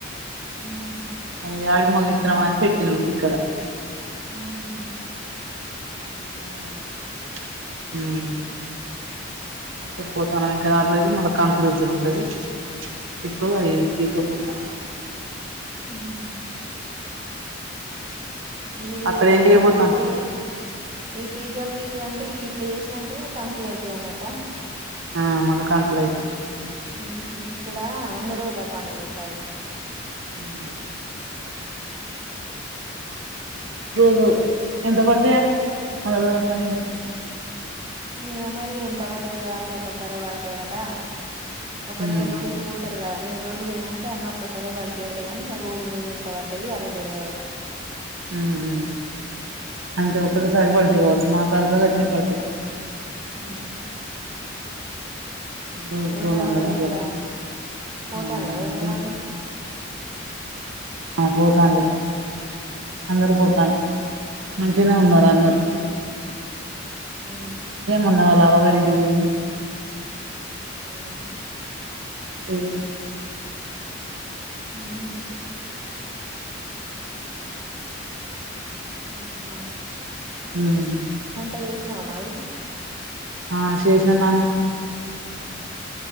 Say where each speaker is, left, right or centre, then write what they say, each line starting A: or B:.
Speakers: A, on the right; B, on the right.
A: మ్
B: అదే ఆడు మగ <inaudible> పెకినం ఇక్కడ
A: ఉహు
B: మంచిగా నే ఊ అంటే పోతా ఉన్నాం ఇంకా నాలుగు రోజలుకు మళ్ళా కంకులు ఇరచడం ఉంటయి ఇప్పుడు ఇగ తికపోతే ఆ
A: హ్మ్ హు ఇవి వి
B: అక్కడ
A: వయినా
B: ఏం చేయబోతాను
A: ఇవి ఇట్లే ఈ పీకలు పీకులు అంటే ఈ ఇట్లా చేసినాంకనే కంకులు అయితాయి అన్నట్ట
B: ఆ మళ్ళా కంకులు అయితాయి
A: హ్మ్ హు ఇక్కడ వంద రోజుల పనికి పోతాళ్ళు
B: హ్మ్ హు రోజు ఎంత పడతాయి ఆడ వంద రోజుల పనికి పోతే
A: ఏమో మరి ఎంత పడతయో అన్నీ ఒక్క సారే పడతయట ఒక
B: ఉమ్
A: నేల రోజులు పోతారు కదా నే రోజులు పోయినాంకా అన్నీ ఒక్కసారే పడితయట కానీ ఇక రోజు రోజు ఎంత పడ్డాయి వాళ్ళకి తెల్వదు అట
B: హ్మ్ హు అంతే ఒకటేసారి పడతాయి వర్సన నాలుగు అయిదు పడతాయి
A: మ్మ్
B: రోజుకు
A: వదిన
B: రెండు
A: వాళ్ళు
B: వందలు
A: గిట్ల
B: అట్లా
A: పోతాళ్ళ
B: ఆ
A: వదిన
B: మంచిగ
A: వాళ్ళు
B: ఆ పోతాండ్లు అందరు
A: హ్మ్.
B: పోతాండ్రు మంచిగానే ఉన్నారు అందరూ
A: హ్మ్. హ్మ్.
B: మన్న వాళ్ళ అవ్వ గారి ఇంటికి పోయింది
A: హుమ్
B: పోయింది
A: హ్మ్ హు అవున
B: హుమ్
A: వంట చేసినవా మరి
B: ఆ చేశ్న నాన్న